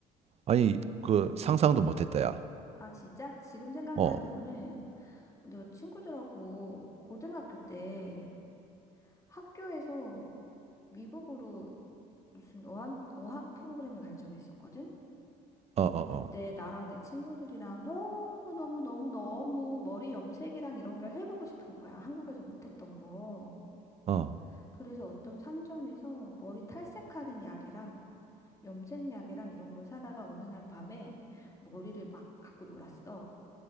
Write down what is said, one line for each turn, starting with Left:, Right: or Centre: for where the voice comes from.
Right: 아니, 그
Left: 어.
Right: 상상도 못했다, 야.
Left: 아, 진짜? 지금 생각나는
Right: 어, 어,
Left: 거는 내가 친구들하고 고등학교 때 학교에서 미국으로 무슨 어학, 어학 프로그램에 간 적이 있었거든?
Right: 어,
Left: 근데 그때 나랑 내 친구들이랑 너무너무너무너무 머리 염색이랑 이런 걸 해보고 싶은 거야. 한국에서 못했던 거.
Right: 어, 어,
Left: 그래서 어떤 상점에서 머리 탈색하는 약이랑 염색약이랑 이런 걸 사다가 어느 날 밤에 머리를 막 갖고 놀았어.